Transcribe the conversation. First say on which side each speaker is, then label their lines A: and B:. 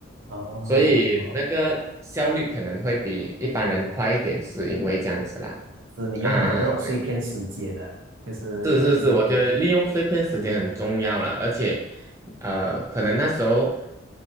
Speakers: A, on the right; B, on the right.
A: 哦，
B: 所以那个效率可能会比一般人快一点，是因为这样子啦，
A: 是你用很多这种碎片时间呢、
B: 啊。
A: 就是就是，
B: 是是是，我觉得利用碎片时间很重要啦，而且，呃，可能那时候